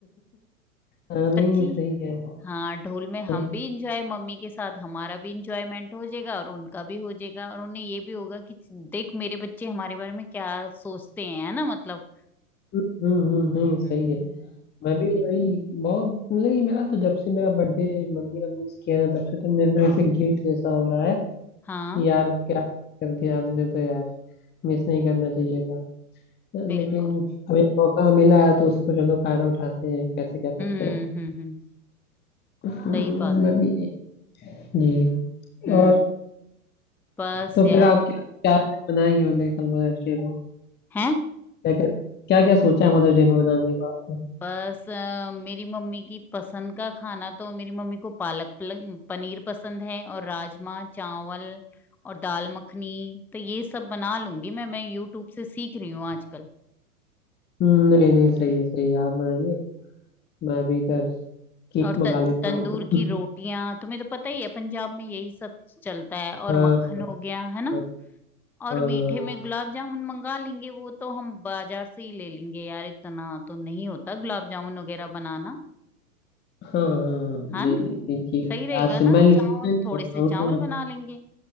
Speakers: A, on the left (about 20°); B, in the centre.
A: हाँ, नहीं
B: सच्ची
A: नहीं सही है
B: हाँ ढोल में हम
A: नहीं
B: भी इंजॉय मम्मी के साथ हमारा भी इंजॉयमेंट हो जाएगा और उनका भी हो जाएगा और उन्हें ये भी होगा कि देख मेरे बच्चे हमारे बारे में क्या सोचते हैं है ना मतलब
A: हम्म हम्म, नहीं सही
B: हम्म,
A: है मैं भी
B: बिल्कुल
A: वही बहुत मतलब कि मेरा तो जब से मेरा बर्थडे मम्मी ने मिस किया ना तब से तो मेरे अंदर ऐसे गिल्ट जैसा हो रहा है
B: हाँ
A: कि यार क्या कर दिया हमने तो यार मिस नहीं करना चाहिए था
B: बिल्कुल
A: लेकिन अब एक मौका मिला है तो उसको चलो फायदा उठाते हैं कैसे क्या करते
B: हम्म
A: हैं
B: हम्म हम्म
A: हम्म,
B: सही बात
A: मैं भी जी
B: हम्म
A: और
B: बस
A: तो फिर
B: यार
A: आप क्या क्या क्या बनाएंगे मतलब कल मदर्स डे पे
B: है
A: क्या क्या क्या क्या सोचा है मदर्स डे पे बनाने का आपने
B: बस अ, मेरी मम्मी की पसंद का खाना तो मेरी मम्मी को पालक पल- पनीर पसंद है और राजमा चावल और दाल मखनी तो ये सब बना लूंगी मैं मैं यूट्यूब से सीख रही हूँ आजकल
A: हम्म, नहीं नहीं सही है सही है आप बनाइए मैं भी इधर केक
B: और
A: मंगा
B: त,
A: लेता
B: तंदूर
A: हूँ
B: की रोटियां तुम्हें तो पता ही है पंजाब में यही सब चलता है और
A: हाँ
B: मक्खन हो गया है ना
A: हाँ
B: और
A: हाँ
B: मीठे में गुलाब जामुन मंगा लेंगे वो तो हम बाजार से ही ले लेंगे यार इतना तो नहीं होता गुलाब जामुन वगैरह बनाना
A: हाँ हाँ, नहीं
B: है ना
A: नहीं नहीं ठीक
B: सही रहेगा
A: है आज से
B: ना
A: मैं ले
B: चावल
A: मैं ले
B: थोड़े
A: आऊंगा
B: से
A: वो
B: चावल
A: तो
B: बना लेंगे